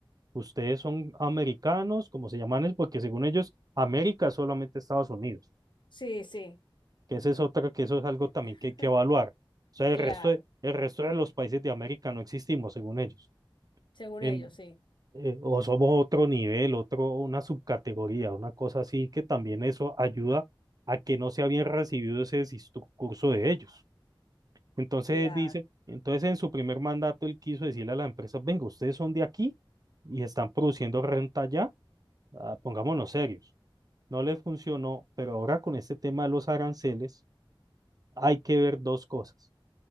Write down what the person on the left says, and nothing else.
Sí, sí,
<laughs>
claro,
según
ellos, sí,
claro.